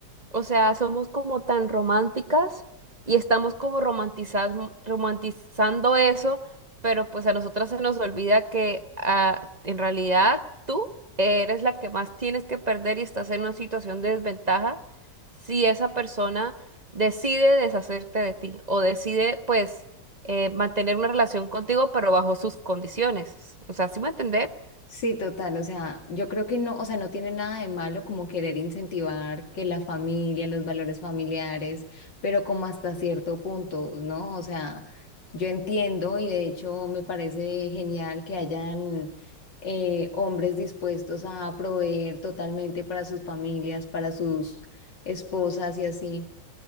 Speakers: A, on the right (about 25°); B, on the left (about 75°).
A: o sea, somos como tan románticas y estamos como romantizas- romantizando eso, pero pues a nosotras se nos olvida que ah, en realidad tú eres la que más tienes que perder y estás en una situación de desventaja si esa persona decide deshacerte de ti o decide pues eh, mantener una relación contigo, pero bajo sus condiciones. O sea, ¿sí me entender?
B: Sí, total, o sea, yo creo que no, o sea, no tiene nada de malo como querer incentivar que la familia, los valores familiares, pero como hasta cierto punto, ¿no? O sea, yo entiendo y de hecho me parece genial que hayan eh, hombres dispuestos a proveer totalmente para sus familias, para sus esposas y así,